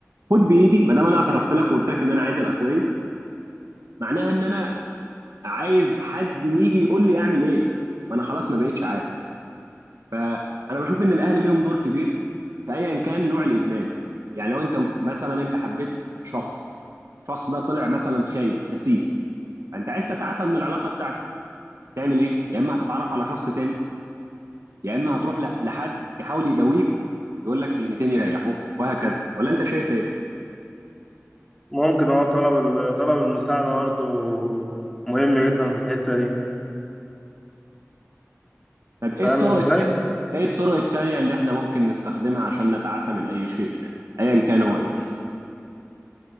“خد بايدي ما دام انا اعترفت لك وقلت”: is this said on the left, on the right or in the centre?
Right